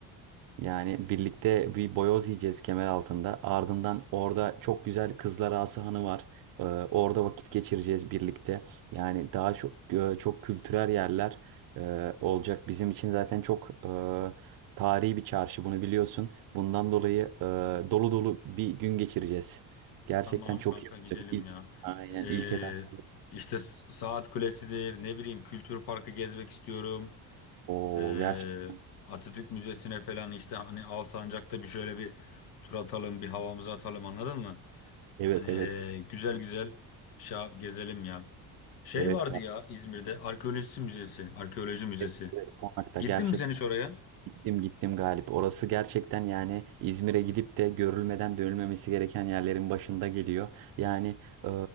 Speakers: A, on the right (about 60°); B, on the left (about 65°).
A: Yani birlikte bir boyoz yiyeceğiz kemer altında. Ardından orada çok güzel Kızlar Ağası Hanı var. Ee, orada vakit geçireceğiz birlikte. Yani daha çok e, çok kültürel yerler e, olacak. Bizim için zaten çok e, tarihi bir çarşı bunu biliyorsun. Bundan dolayı e, dolu dolu bir gün geçireceğiz. Gerçekten
B: Tamam
A: çok
B: kanka
A: iyi olacak.
B: gidelim
A: İlk,
B: ya.
A: aynen
B: Ee,
A: ilk etap.
B: işte S- Saat Kulesi'dir ne bileyim Kültür Parkı gezmek istiyorum.
A: O
B: Ee,
A: gerçekten.
B: Atatürk Müzesi'ne falan işte hani Alsancak'ta bir şöyle bir tur atalım bir havamızı atalım anladın mı?
A: Evet
B: Hani
A: evet.
B: ee, güzel güzel şey yap- gezelim ya. Şey
A: Evet.
B: vardı ya İzmir'de Arkeoloji Müzesi. Arkeoloji Müzesi.
A: evet, evet, Konakta
B: Gittin
A: gerçekten.
B: mi sen hiç oraya?
A: Gittim gittim Galip. Orası gerçekten yani İzmir'e gidip de görülmeden dönülmemesi gereken yerlerin başında geliyor. Yani e,